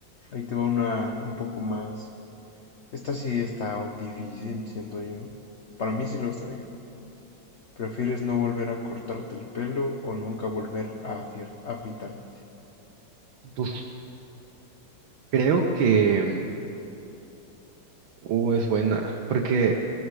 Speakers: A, on the left; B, on the right.
A: ahí te va una un poco más Esta sí está difícil, siento yo. Para mí sí lo estaría. ¿Prefieres no volver a cortarte el pelo o nunca volver a afier- afeitarte?
B: Pues creo que mm, U es buena, porque